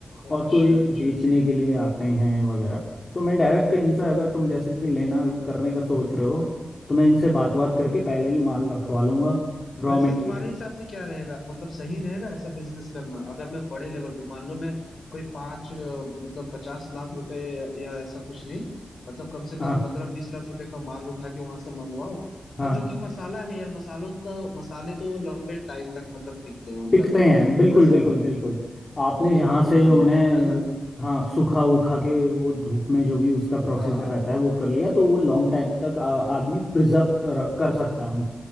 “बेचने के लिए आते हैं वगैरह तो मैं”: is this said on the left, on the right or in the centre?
Left